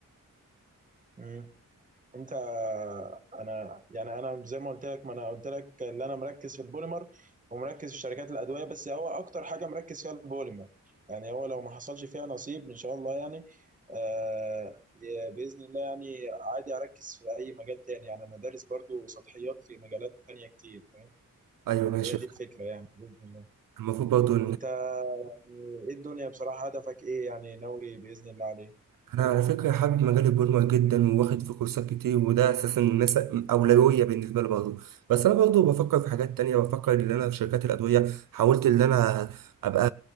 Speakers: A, on the right; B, on the right.
A: مم. انت انا يعني انا زي ما قلت لك ما انا قلت لك ان انا مركز في البوليمر ومركز في شركات الادويه بس هو اكتر حاجه مركز فيها البوليمر يعني هو لو ما حصلش فيها نصيب ان شاء الله يعني آه ي- باذن الله يعني عادي اركز في اي مجال تاني يعني انا دارس برضو سطحيات في مجالات تانية كتير فاهم
B: ايوه ماشي
A: هي دي الفكره يعني باذن الله
B: المفروض برضه
A: انت يعني ايه الدنيا بصراحه هدفك ايه يعني ناوي باذن الله عليه
B: انا على فكره حابب مجال البرمجه جدا وواخد فيه كورسات كتير وده اساسا مس- اولويه بالنسبه لي برضه بس انا برضه بفكر في حاجات تانية بفكر ان انا في شركات الادويه حاولت ان انا ابقى